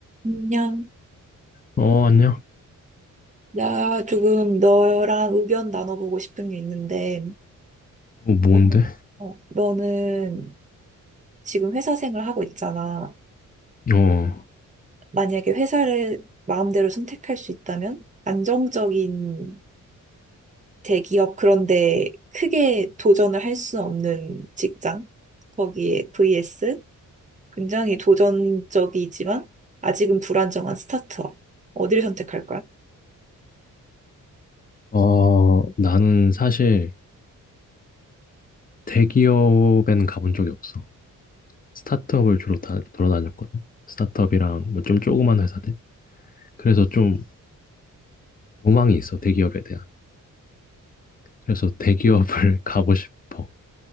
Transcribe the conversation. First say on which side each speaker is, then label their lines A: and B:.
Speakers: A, on the right; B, on the left.
A: 안녕.
B: 어, 안녕.
A: 나 조금 너랑 의견 나눠보고 싶은 게 있는데,
B: 어, 뭔데?
A: 어, 어, 너는 지금 회사 생활 하고 있잖아.
B: 어,
A: 만약에 회사를 마음대로 선택할 수 있다면, 안정적인 대기업 그런데 크게 도전을 할 수 없는 직장, 거기에 vs 굉장히 도전적이지만 아직은 불안정한 스타트업. 어디를 선택할 거야?
B: 어, 나는 사실 대기업에는 가본 적이 없어. 스타트업을 주로 다, 돌아다녔거든. 스타트업이랑 뭐 좀 조그만 회사들. 그래서 좀 로망이 있어, 대기업에 대한. 그래서 대기업을 <laughs> 가고 싶어.